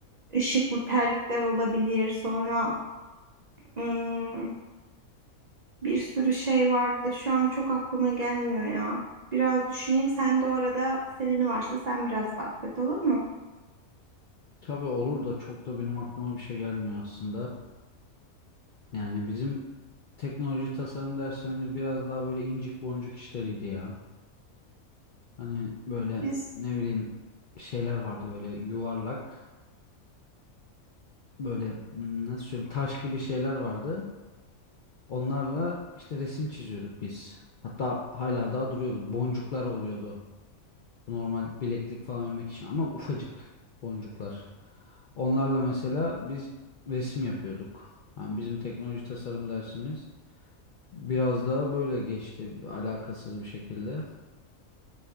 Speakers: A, on the right; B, on the left.
A: ışıklı terlikler olabilir. Sonra hmm, bir sürü şey vardı. Şu an çok aklıma gelmiyor ya. Biraz düşüneyim. Sen de o arada senin varsa sen biraz bahset olur mu?
B: Tabii olur da çok da benim aklıma bir şey gelmiyor aslında. Yani bizim teknoloji tasarım derslerimiz biraz daha böyle incik boncuk işleriydi ya. Hani böyle
A: Biz
B: ne bileyim şeyler vardı böyle yuvarlak böyle hmm, nasıl söyleyeyim taş gibi şeyler vardı. Onlarla işte resim çiziyorduk biz. Hatta hala daha duruyordur. Boncuklar oluyordu. Normal bileklik falan örmek için ama ufacık boncuklar. Onlarla mesela biz resim yapıyorduk. Yani bizim teknoloji tasarım dersimiz biraz daha böyle geçti alakasız bir şekilde.